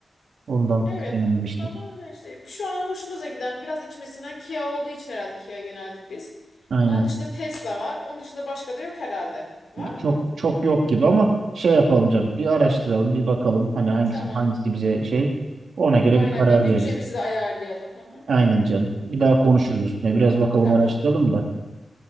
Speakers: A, on the right (about 80°); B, on the left (about 85°).
A: Ondan
B: Evet
A: denememiştik.
B: ama yani işte şu an hoşumuza giden biraz içime sinen Kia olduğu için herhalde Kia'ya yöneldik biz.
A: Aynen.
B: Onun dışında Tesla var. Onun dışında başka da yok herhalde. Var mı?
A: Çok çok yok gibi ama şey yapalım canım. Bir araştıralım, bir bakalım hani hangisi
B: Tamam.
A: hangisi bize şey. Ona göre
B: Aynen
A: bir karar
B: bir bütçemizi
A: veririz.
B: de ayarlayalım. Hı hı.
A: Aynen canım. Bir daha konuşuruz üstüne. Biraz bakalım
B: Tamam.
A: araştıralım da.